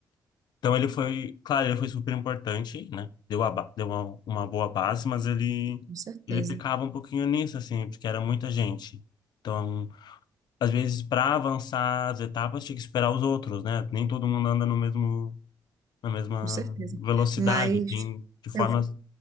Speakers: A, on the left; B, on the right.
A: Então ele foi, claro, ele foi super importante, né? Deu, a, ba- deu uma, uma boa base, mas ele,
B: Com certeza,
A: ele pecava um pouquinho nisso, assim, porque era muita gente. Então, às vezes, para avançar as etapas, tinha que esperar os outros, né? Nem todo mundo anda no mesmo, na mesma
B: com certeza.
A: velocidade,
B: Mas
A: tem de formas,
B: eu-